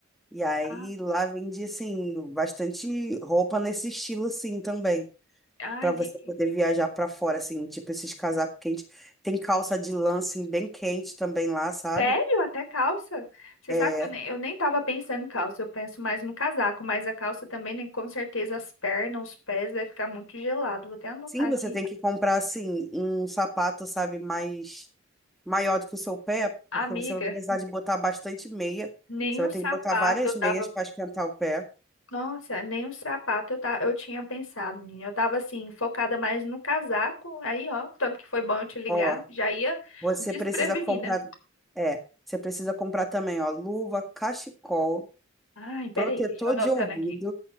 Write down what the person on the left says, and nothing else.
Ah,
ah,
entendi.
Sério? Até calça? Você
sabe que eu nem, eu nem tava pensando em calça, eu penso mais no casaco, mas a calça também, né, com certeza, as pernas, os pés, vai ficar muito gelado. Vou até anotar
aqui.
Amiga,
nem
o sapato
eu tava
Nossa, nem um sapato eu, ta... eu tinha pensado, menina. Eu tava assim, focada mais no casaco, aí ó, tanto que foi bom eu te ligar,
já ia
desprevenida.
Ai, peraí,
deixa eu anotando
aqui.